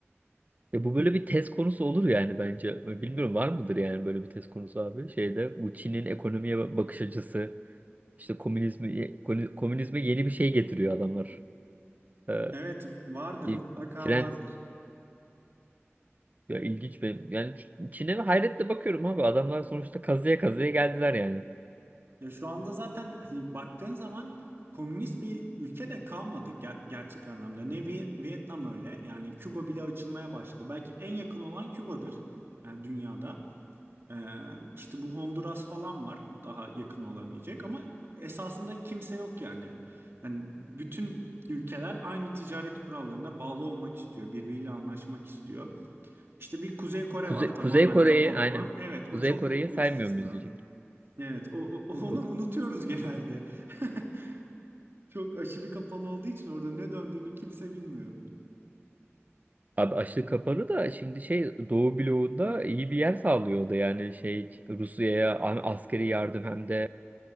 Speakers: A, on the right; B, on the right.
A: Ya bu böyle bir tez konusu olur yani bence. Bilmiyorum var mıdır yani böyle bir tez konusu abi? Şeyde bu Çin'in ekonomiye ba- bakış açısı işte komünizmi ko- komünizme yeni bir şey getiriyor adamlar. Ee,
B: Evet vardır
A: bir
B: mutlaka
A: trend
B: vardır.
A: ya ilginç ve yani Çin'e hayretle bakıyorum abi. Adamlar sonuçta kazıya kazıya geldiler yani.
B: Ya şu anda zaten hani baktığın zaman komünist bir ülke de kalmadı ger- gerçek anlamda. Ne Viy- Vietnam öyle yani Küba bile açılmaya başladı. Belki en yakın olan Küba'dır yani dünyada. Ee, işte bu Honduras falan var daha yakın olabilecek ama esasında kimse yok yani. Yani bütün ülkeler aynı ticaret kurallarına bağlı olmak istiyor, birbiriyle anlaşmak istiyor. İşte bir Kuzey Kore
A: Kuzey,
B: var tamamen
A: Kuzey Kore'yi
B: kapalı
A: aynen.
B: olan. Evet, o
A: Kuzey
B: çok
A: Kore'yi
B: büyük bir
A: saymıyor
B: istisna.
A: muyuz diyecek.
B: Evet, o, o- <laughs> onu
A: O,
B: unutuyoruz genelde. <laughs> Çok aşırı kapalı olduğu için orada ne döndüğünü kimse bilmiyor.
A: abi açlık kapalı da şimdi şey Doğu bloğunda iyi bir yer sağlıyor o da yani şey Rusya'ya a- askeri yardım hem de